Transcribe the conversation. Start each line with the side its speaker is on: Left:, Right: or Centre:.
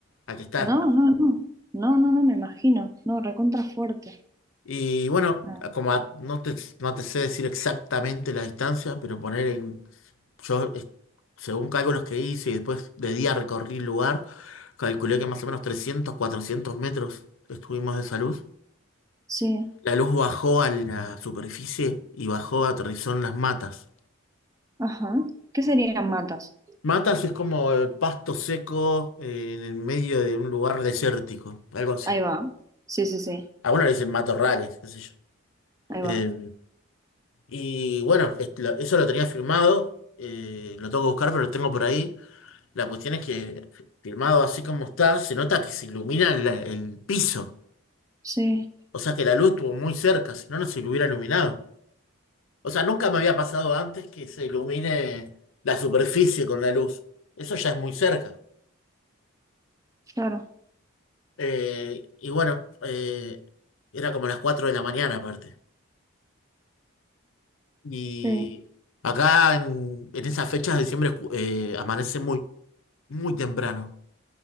Left: hay que estar.
Right: No, no, no. No, no, no, me imagino. No, recontra fuerte.
Left: Y bueno,
Right: Ah,
Left: como a- no te, no te sé decir exactamente la distancia, pero poner en, yo, eh, según cálculos que hice y después de día recorrí el lugar, calculé que más o menos 300, 400 metros estuvimos de salud.
Right: Sí,
Left: La luz bajó a la superficie y bajó, aterrizó en las matas.
Right: ajá. ¿Qué serían matas?
Left: Matas es como el pasto seco eh, en el medio de un lugar desértico, algo así.
Right: Ahí va. Sí, sí, sí.
Left: Algunos le dicen matorrales, qué sé yo.
Right: Ahí
Left: Eh,
Right: va.
Left: y bueno, es- lo- eso lo tenía firmado, eh, lo tengo que buscar, pero lo tengo por ahí. La cuestión es que firmado así como está, se nota que se ilumina la- el piso.
Right: Sí,
Left: O sea que la luz estuvo muy cerca, si no, no se lo hubiera iluminado. O sea, nunca me había pasado antes que se ilumine la superficie con la luz. Eso ya es muy cerca.
Right: claro.
Left: Eh, y bueno, eh, era como las 4 de la mañana aparte. Y
Right: Sí.
Left: acá en, en esas fechas de diciembre escu- eh, amanece muy, muy temprano.